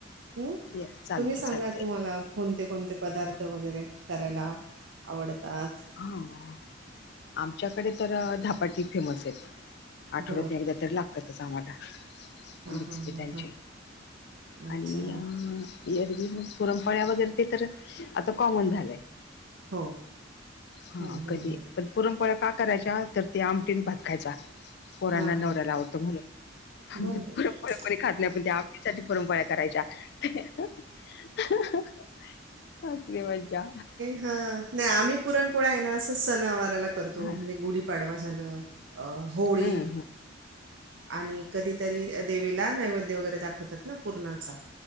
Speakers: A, on the right; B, on the left.
A: हम्म,
B: येस चालतंय
A: तुम्ही सांगा
B: चालतंय.
A: तुम्हाला कोणते, कोणते पदार्थ वगैरे करायला, आवडतात.
B: हा, आमच्याकडे तर धापाटी फेमस आहेत. आठवड्यात
A: बर
B: तुन, एकदा तरी लागतातच, आम्हाला.
A: हां
B: मिक्स
A: हां
B: पीठ
A: हां हां
B: चे, आणि
A: अच्छा
B: एरवी मग, पुरणपोळ्या वगैरे ते तर, आता कॉमन झालंय.
A: हो,
B: हा
A: हं, हं,
B: कधी
A: हं.
B: पण, पुरणपोळ्या का करायच्या, तर ते आमटीन भात खायचा. पोरांना
A: हां
B: आणि,
A: हां
B: नवऱ्यायला आवडतो म्हणून, आणि
A: बरं
B: त्या
A: बरं
B: पूरनपोळ्याकोणी खात नाही, पण आमटी साठी पूरनपोळया करायच्या. <unintelligible> असली मजा,
A: ह नाही आम्ही पुरणपोळा आहे ना, असं सणावाराला करतो
B: हा
A: म्हणजे, गुढीपाडवा झालं अ, होळी
B: हम,
A: आणि कधीतरी देवीला, नैवेद्य वगैरे दाखवतात. ना पुरणाचा,